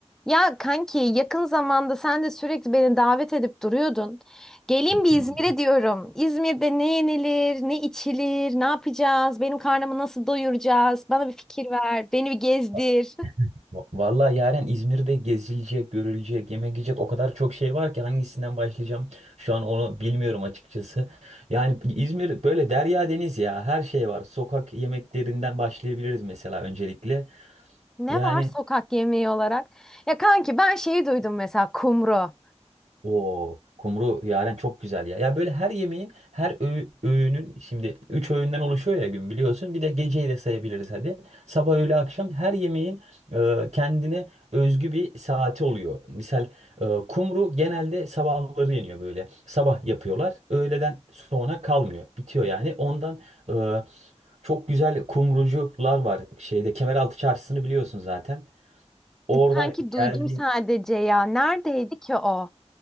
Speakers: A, in the centre; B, on the right (about 65°).
A: Ya kanki yakın zamanda sen de sürekli beni davet edip duruyordun. Gelin bir
B: Yani
A: İzmir'e diyorum. İzmir'de ne yenilir, ne içilir, ne yapacağız, benim karnımı nasıl doyuracağız? Bana bir fikir ver, beni bir gezdir.
B: va-
A: <laughs>
B: va- Vallahi yaren İzmir'de gezilecek, görülecek, yemek yiyecek o kadar çok şey var ki hangisinden başlayacağım şu an onu bilmiyorum açıkçası. Yani İzmir böyle derya deniz ya her şey var. Sokak yemeklerinden başlayabiliriz mesela öncelikle.
A: Ne
B: Yani
A: var sokak yemeği olarak? Ya kanki ben şeyi duydum mesela kumru.
B: O kumru yaren çok güzel ya. Ya böyle her yemeğin, her öğ- öğünün şimdi 3 öğünden oluşuyor ya gün biliyorsun. Bir de geceyi de sayabiliriz hadi. Sabah, öğle, akşam her yemeğin e, kendine özgü bir saati oluyor. Misal e, kumru genelde sabahları yeniyor böyle. Sabah yapıyorlar. Öğleden sonra kalmıyor. Bitiyor yani. Ondan e, çok güzel kumrucular var. Şeyde Kemeraltı Çarşısı'nı biliyorsun zaten. Orada
A: Kanki duydum
B: geldiğin
A: sadece ya. Neredeydi ki o?